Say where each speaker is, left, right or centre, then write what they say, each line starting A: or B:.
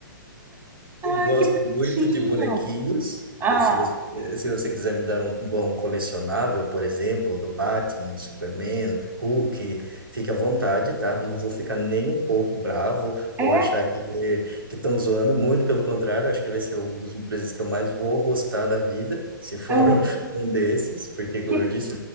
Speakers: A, on the right (about 15°); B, on the right (about 80°).
A: ah,
B: Eu gosto
A: que bonitinho.
B: muito de bonequinhos.
A: Ah,
B: Se você, se você quiser me dar um bom colecionável, por exemplo, do Batman, do Superman, Hulk, fique à vontade, tá? Não vou ficar nem um pouco bravo
A: é,
B: ou achar que que estão zoando. Muito pelo contrário, acho que vai ser um dos presentes que eu mais vou gostar da vida, se for
A: ah,
B: <laughs> um desses, porque, como
A: que,
B: eu disse,